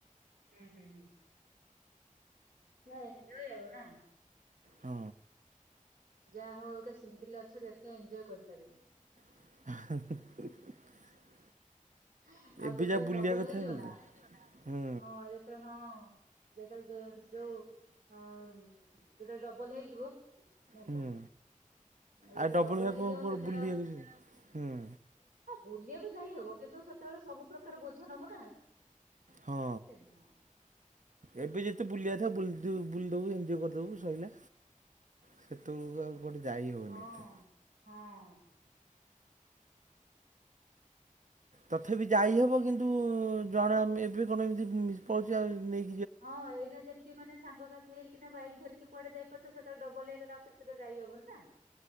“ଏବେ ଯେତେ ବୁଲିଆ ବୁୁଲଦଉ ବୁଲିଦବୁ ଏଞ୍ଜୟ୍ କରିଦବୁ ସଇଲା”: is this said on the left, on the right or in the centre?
Right